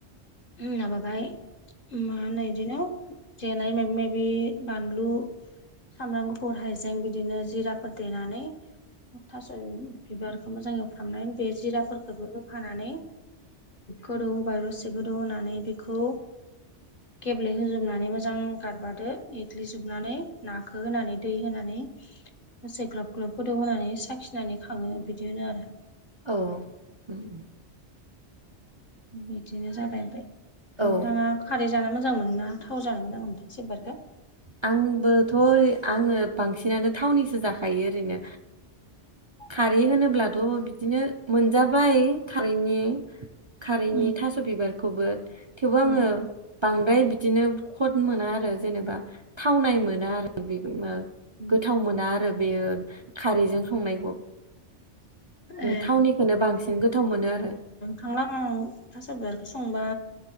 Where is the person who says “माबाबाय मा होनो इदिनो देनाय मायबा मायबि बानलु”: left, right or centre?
Left